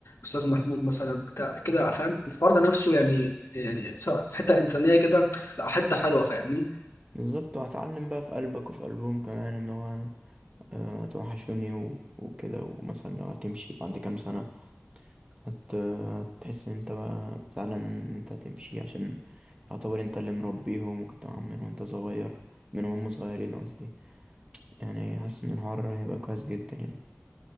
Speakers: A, on the left; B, on the right.
A: أستاذ محمود مثلا بتاع كده فاهم الفرد نفسه يعني يعني سواء حتة إنسانية كده لا حتة حلوة فاهمني
B: بالظبط وهتعلم بقى في قلبك وفي قلبهم كمان إن هو آه، هتوحشوني و... وكده ومثلا لو هتمشي بعد كام سنة هت... هتحس إن أنت بقى زعلان إن أنت هتمشي عشان يعتبر أنت اللي مربيهم وكنت معاهم من وأنت صغير من هم صغيرين قصدي يعني حاسس ان الحوار هيبقى كويس جدا يعني